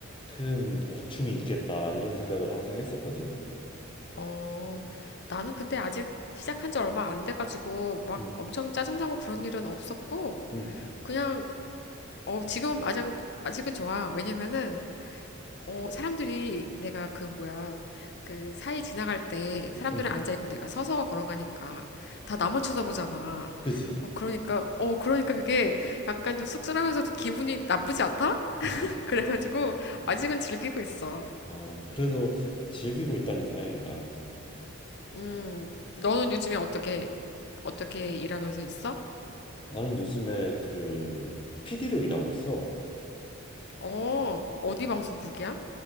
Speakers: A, on the left (about 25°); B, on the left (about 55°).
A: 큰 고충이 있겠다 이런 생각을 항상 했었거든
B: 어. 나는 근데 아직 시작한 지 얼마 안 돼가지고 막
A: 응
B: 엄청 짜증나고 그런 일은 없었고,
A: 응
B: 그냥, 어, 지금 아직, 아직은 좋아. 왜냐면은, 어, 사람들이 내가 그 뭐야, 그 사이 지나갈 때 사람들은
A: 응
B: 앉아있고 내가 서서 걸어가니까 다 나만 쳐다보잖아.
A: 그지
B: 어, 그러니까, 어, 그러니까 그게 약간 좀 쑥스러우면서도 기분이 나쁘지 않다? <laughs>
A: 응
B: 그래가지고
A: 응.
B: 아직은 즐기고 있어.
A: 어 그래도 즐기고 있다니 다행이다
B: 음, 너는 요즘에 어떻게, 어떻게 일하면서 있어?
A: 나는 요즘에 그 PD로 일하고 있어
B: 어, 어디 방송국이야?